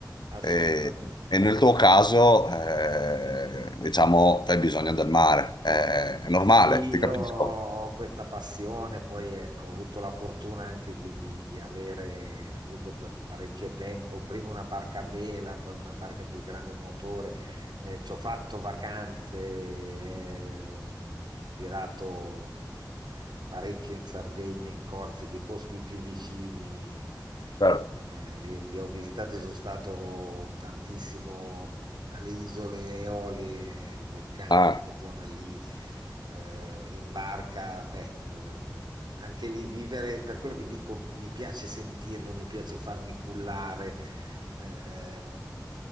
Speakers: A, on the right; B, on the left.
A: assolutamente.
B: Eh, e nel tuo caso, eh, diciamo, tu hai bisogno del mare. Eh, è normale,
A: Sì,
B: ti
A: io
B: capisco.
A: ho questa passione, poi ecco, ho avuto la fortuna anche di, di- di avere avuto per parecchio tempo prima una barca a vela, poi una barca più grande a motore, eh, ci ho fatto vacanze, eh, girato parecchio in Sardegna, in Corsica, i posti più vicini,
B: Certo.
A: eh, li, li ho visitati, sono stato tantissimo mh, alle isole Eolie, Vulcano,
B: Ah,
A: quella zona lì, eh, in barca, beh, eh, anche lì vivere, per quello che dico, mi piace sentirlo, mi piace farmi cullare. eh, eh,